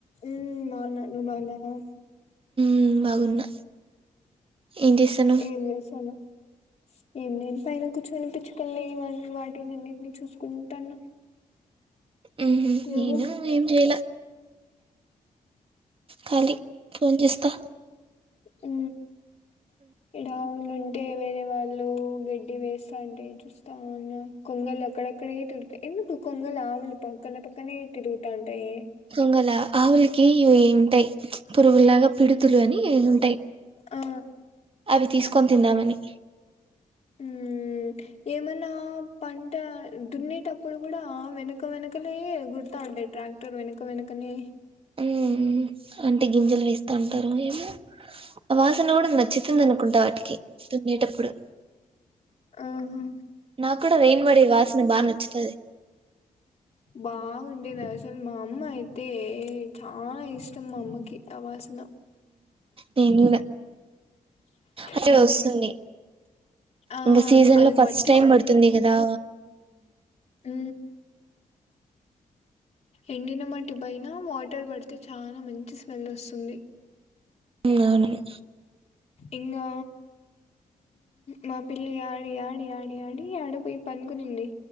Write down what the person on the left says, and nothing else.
ఉ బాగున్నా నువ్వు బాగున్నావా
ఏ చేస్తున్నావ్ ఏం నను పైన కూర్చొనిపచ్చుకలేవని వాటిని అన్నిటినీ చూసుకుంటాను
నువ్వు
ఉ ఇడ ఆవులు ఉంటే వేరే వాళ్ళు గడ్డి వేస్తాంటే చూస్తా ఉన్నా కొంగలు అక్కడెక్కడ తిరుగుతాయి ఎందుకు కొంగలు ఆవులు పక్కన పక్కనే తిరుగుతాంటాయి
ఆ
ఉ ఏమన్నా పంట దున్నేటప్పుడు కూడా వెనక వెనకనే ఎగురుతా ఉంటాయి ట్రాక్టర్ వెనక వెనకనే
ఆహ
బాగాండే న సలు మా అమ్మ అయితే చాలా ఇష్టం మా అమ్మకి ఆ వాసన
ఉమ్
ఆ
అది
మట్టి
అ ఎండిన మట్టి పైన వాటర్ పడితే చాలా మంచి స్మెల్ వస్తుంది
ఇంకా మా పిల్లి ఆడి ఆడి ఆడి ఆడి ఆడేపోయి పనుకునింది